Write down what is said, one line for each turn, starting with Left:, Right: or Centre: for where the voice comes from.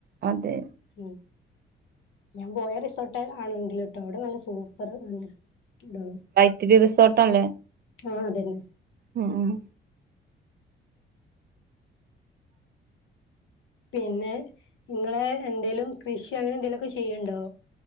Right: അതെ
Left: ഉം ഞാൻ പോയ റിസോർട്ട് ആണെങ്കില് ട്ടോ അവിടെ നല്ല സൂപ്പർ തന്നെ താണ്
Right: ത്തിരി റിസോർട്ട്ല്ലേ
Left: ആഹ് അതന്നെ
Right: ആഹ് ആഹ്
Left: പിന്നെ ഇങ്ങളെ എന്തേലും കൃഷി അങ്ങനെ എന്തേലും ഒക്കെ ചെയ്യ്ണ്ടോ